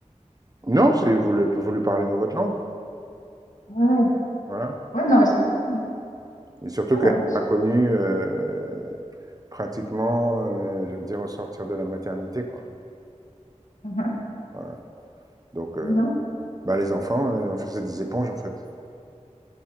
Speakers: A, on the right (about 30°); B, on the left (about 85°).
A: non, si vous le- vous lui parlez dans votre langue,
B: Ouais.
A: voilà.
B: Ouais, non, mais c'est ça, ouais.
A: Et surtout
B: Oh
A: qu'elle
B: la vache.
A: a connu euh, pratiquement, euh, je veux dire, au sortir de la maternité, quoi.
B: Mhm.
A: Voilà. Donc, euh,
B: Dis donc.
A: bah, les enfants, euh, on faisait des éponges, en fait.